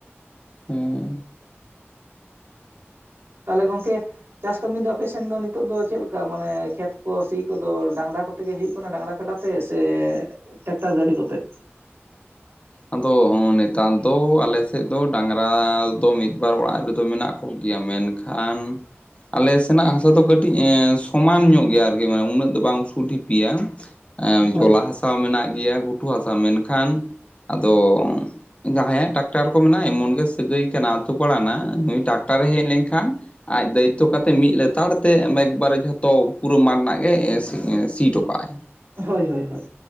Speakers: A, on the left; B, on the right.
A: ᱦᱮᱸ
B: <inaudible> ᱛᱟᱦᱚᱞᱮ ᱜᱚᱝᱠᱮ ᱪᱟᱥ ᱠᱟᱹᱢᱤ ᱫᱚ ᱟᱯᱮᱥᱮᱱ ᱫᱚ ᱱᱤᱛᱚᱜ ᱫᱚ ᱪᱮᱫᱞᱮᱠᱟ, ᱢᱟᱱᱮ ᱠᱷᱮᱛ ᱠᱚ ᱥᱤ ᱠᱚᱫᱚ ᱰᱟᱝᱨᱟ ᱠᱚ ᱛᱮᱜᱮ ᱦᱩᱭᱩᱜ ᱠᱟᱱᱟ ᱰᱟᱝᱨᱟ ᱠᱟᱰᱟ ᱛᱮ ᱥᱮ ᱴᱮᱠᱴᱟᱨ ᱜᱟᱹᱰᱤ ᱠᱚᱛᱮ
A: ᱟᱫᱚ ᱱᱤᱛᱟᱨ ᱫᱚ ᱟᱞᱮᱥᱮᱜ ᱫᱚ ᱰᱟᱝᱨᱟ ᱫᱚ ᱢᱤᱫ ᱵᱟᱨ ᱚᱲᱟᱜ ᱨᱮᱫᱚ ᱢᱮᱱᱟᱜ ᱠᱚᱜᱮᱭᱟ ᱢᱮᱱᱠᱷᱟᱱ ᱟᱞᱮ ᱥᱮᱱᱟᱜ ᱦᱟᱥᱟ ᱫᱚ ᱠᱟᱹᱴᱤᱡ ᱮᱸ ᱥᱚᱢᱟᱱ ᱧᱚᱜ ᱜᱮᱭᱟ ᱟᱨᱠᱤ ᱢᱟᱱᱮ ᱩᱱᱟᱹᱜ ᱫᱚ ᱵᱟᱝ ᱩᱥᱩᱞ ᱰᱷᱤᱯᱤᱭᱟ ᱮᱸ
B: ᱦᱳᱭ
A: ᱡᱷᱚᱞᱟ ᱦᱟᱥᱟ ᱢᱮᱱᱟᱜ ᱜᱮᱭᱟ ᱜᱷᱩᱴᱩ ᱦᱟᱥᱟ ᱢᱮᱱᱠᱷᱟᱱ ᱟᱫᱚ ᱡᱟᱦᱟᱸᱭᱟᱜ ᱴᱟᱠᱴᱟᱨ ᱠᱚ ᱢᱮᱱᱟᱜᱼᱟ ᱮᱢᱚᱱ ᱜᱮ ᱥᱟᱹᱜᱟᱹᱭ ᱠᱟᱱᱟ ᱟᱛᱳ ᱯᱟᱲᱟ ᱱᱟᱹᱜ ᱱᱩᱭ ᱴᱟᱠᱴᱟᱨᱮᱭ ᱦᱮᱡ ᱞᱮᱱᱠᱷᱟᱱ ᱟᱡ ᱫᱟᱭᱤᱛᱛᱚ ᱠᱟᱛᱮᱜ ᱢᱤᱫ ᱞᱮᱛᱟᱲ ᱛᱮ ᱮᱠᱵᱟᱨᱮ ᱡᱷᱚᱛᱚ ᱯᱩᱨᱟᱹ ᱢᱟᱴ ᱨᱮᱱᱟᱜ ᱜᱮ ᱥᱤ ᱥᱤᱴᱚᱠᱟᱜᱼᱟᱭ
B: ᱦᱳᱭ ᱦᱳᱭ ᱦᱳᱭ